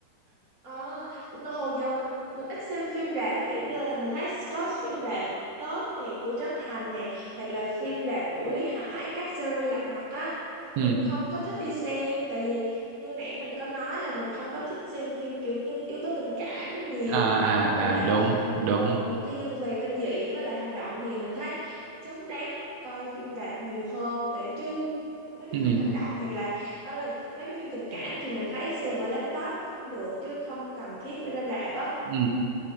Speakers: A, on the right; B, on the right.
A: Ờ, nó- hồi giờ mình mình ít xem phim rạp ví dụ như là mình thấy có phim rạp Tết này của Trấn Thành này hoặc là phim rạp của Lý Hải các series lật mặt á nhưng
B: ừ.
A: mà mình không có thích đi xem tại vì như nãy mình có nói là mình không có thích xem phim kiểu như yếu tố tình cảm nhiều
B: à
A: ở
B: à
A: ngoài rạp
B: à đúng
A: á
B: đúng
A: thì ờ, mình thiên về kinh dị với lại hành động thì mình thấy xứng đáng coi phim rạp nhiều hơn tại chứ mấy cái
B: ừ.
A: phim hành động hoặc là đó là mấy cái phim tình cảm thì mình thấy xem ở laptop cũng được chứ không cần thiết phải ra rạp á
B: Ừ.